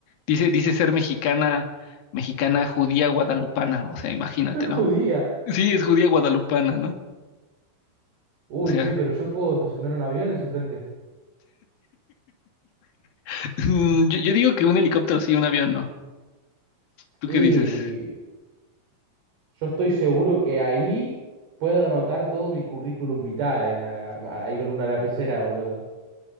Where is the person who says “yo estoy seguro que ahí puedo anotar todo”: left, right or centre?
Right